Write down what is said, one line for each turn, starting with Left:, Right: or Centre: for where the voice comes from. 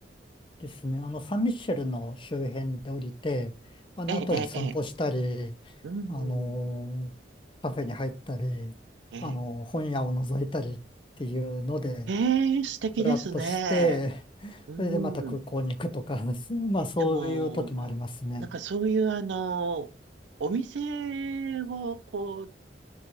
Left: ですね。あの、サンミッシェルの周辺で降りて、あの辺り散歩したり、
Right: ええ、ええ、ええうん、
Left: あのカフェに入ったり、
Right: ええ、
Left: あの本屋を覗いたりっていうので、
Right: ええ、素敵ですね。
Left: ふらっとして、
Right: う
Left: それでまた空港に行くとか、
Right: ん。
Left: <laughs> まあそういう時もありますね。
Right: でも、なんかそういうあの、お店をこう、